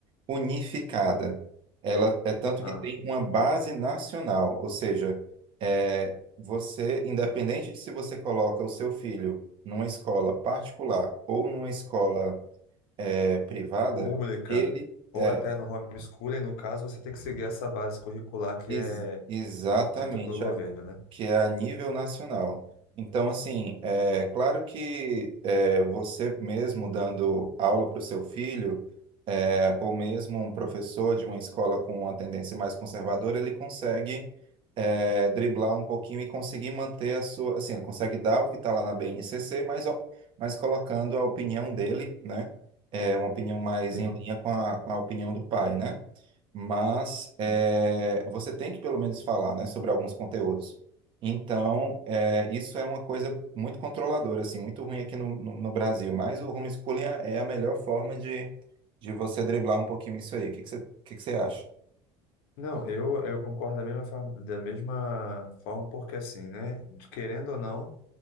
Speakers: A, on the right; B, on the left.
A: unificada. Ela é tanto
B: Ah,
A: que tem uma base nacional, ou seja, é, você, independente de se você coloca o seu filho numa escola particular ou numa escola é, privada,
B: pública.
A: ele
B: Ou
A: é
B: até no homeschooling, no caso, você tem que seguir essa base curricular que
A: ex-
B: é
A: exatamente
B: dita pelo governo,
A: a-
B: né?
A: que é a nível nacional. Então, assim, é claro que é, você mesmo dando aula para o seu filho é, ou mesmo um professor de uma escola com uma tendência mais conservadora, ele consegue é, driblar um pouquinho e conseguir manter a sua, assim, ele consegue dar o que está lá na BNCC, mas, ó, mas colocando a opinião dele, né? É uma opinião mais
B: Sim,
A: em linha com a, com a opinião do pai, né? Mas é,
B: sim.
A: você tem que pelo menos falar, né, sobre alguns conteúdos. Então, é, isso é uma coisa muito controladora, assim, muito ruim aqui no, no, no Brasil. Mas o homeschooling é é a melhor forma de de você driblar um pouquinho isso aí. O que que você, o que que você acha?
B: Não, eu, eu concordo da mesma, forma- da mesma forma, porque assim, né? de- Querendo ou não.